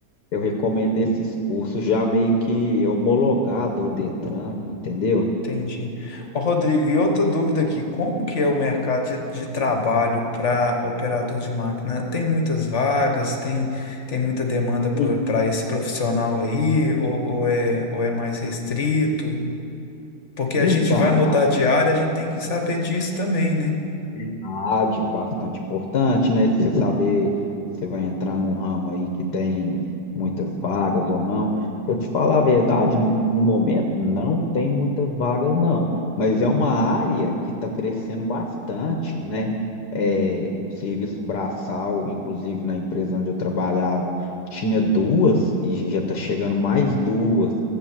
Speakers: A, on the left; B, on the left.
A: eu recomendo esses cursos já meio que homologado ao Detran, entendeu?
B: Entendi. Ô, Rodrigo, e outra dúvida aqui, como que é o mercado de, de trabalho para operador de máquina? Tem muitas vagas, tem, tem muita demanda para
A: En-
B: esse profissional aí, ou, ou é, ou é mais restrito? Porque a
A: Então,
B: gente vai mudar de área, a gente tem que saber disso também, né?
A: Verdade, bastante importante, né? Você saber se vai entrar num ramo aí que tem muitas vagas ou não. Para te falar a verdade, n- no momento não tem muitas vagas, não. Mas é uma área que está crescendo bastante, né? É, o serviço braçal, inclusive na empresa onde eu trabalhava, tinha duas e já está chegando mais duas,